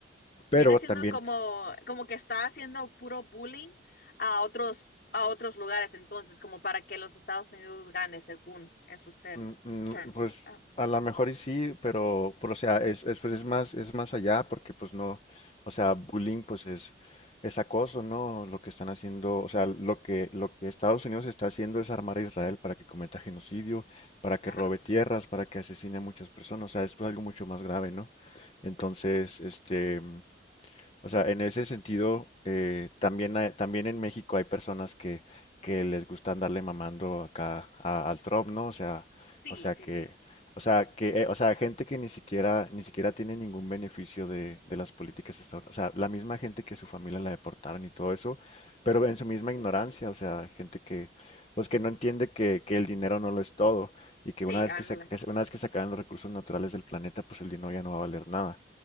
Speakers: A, on the left (about 55°); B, on the left (about 35°).
A: Viene
B: Pero
A: siendo
B: también
A: como, como que está haciendo puro bullying a otros, a otros lugares entonces, como para que los Estados Unidos gane según en sus term-
B: Mm, mm,
A: terms.
B: Pues
A: Ah,
B: a lo mejor y sí, pero, pero, o sea, es, es, pues, es más, es más allá porque pues no, o sea, bullying pues es, es acoso, ¿no? Lo que están haciendo, o sea, lo que, lo que Estados Unidos está haciendo es armar a Israel para que cometa genocidio, para que
A: Ajá,
B: robe tierras, para que asesine a muchas personas, o sea, esto es algo mucho más grave, ¿no? Entonces, este, o sea, en ese sentido, eh, también, hay- también en México hay personas que, que les gusta andarle mamando acá a- al Trump, ¿no? O sea,
A: sí,
B: o sea
A: sí,
B: que,
A: sí.
B: o sea que, eh, o sea, gente que ni siquiera, ni siquiera tiene ningún beneficio de, de las políticas estadounidenses. O sea, la misma gente que su familia la deportaron y todo eso, pero en su misma ignorancia, o sea, gente que, pues que no entiende que, que el dinero no lo es todo y que
A: Sí,
B: una vez
A: ándale.
B: que se, que se- una vez que se acaban los recursos naturales del planeta, pues el dinero ya no va a valer nada